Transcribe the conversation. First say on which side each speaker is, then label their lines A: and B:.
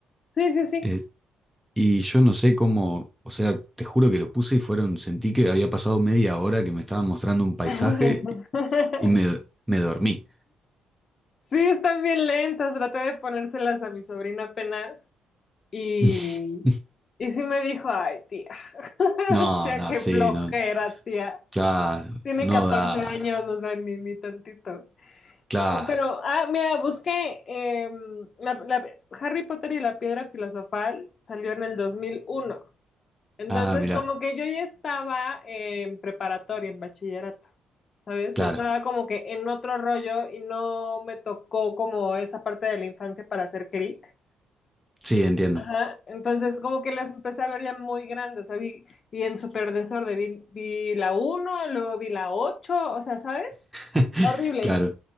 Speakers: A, on the left; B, in the centre.
A: Sí, sí, sí.
B: Eh, y yo no sé cómo, o sea, te juro que lo puse y fueron, sentí que había pasado media hora que me estaban mostrando un paisaje
A: <laughs>
B: y me, me dormí.
A: Sí, están bien lentas. Traté de ponérselas a mi sobrina apenas y,
B: <laughs>
A: y sí me dijo, ay, tía, <laughs>
B: No,
A: tía,
B: no,
A: qué
B: sí,
A: flojera,
B: no.
A: tía.
B: Claro,
A: Tiene
B: no
A: 14
B: da.
A: años, o sea, ni, ni tantito.
B: Claro.
A: Pero, ah, mira, busqué em, la- la- Harry Potter y la Piedra Filosofal, salió en el dos mil uno Entonces,
B: Ah, mirá,
A: como que yo ya estaba en preparatoria, en bachillerato, ¿sabes?
B: claro.
A: Yo estaba como que en otro rollo y no me tocó como esa parte de la infancia para hacer clic.
B: Sí, entiendo.
A: Ajá. Entonces, como que las empecé a ver ya muy grandes, o sea, vi, vi en súper desorden, vi, vi la uno, luego vi la 8, o sea, ¿sabes?
B: <laughs>
A: Horrible.
B: Claro.